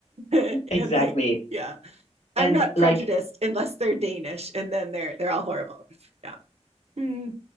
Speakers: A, on the right; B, on the left.
A: and
B: Exactly.
A: like, yeah, I'm
B: And
A: not
B: like
A: prejudiced unless they're Danish and then they're they're all horrible. Yeah. Hmm.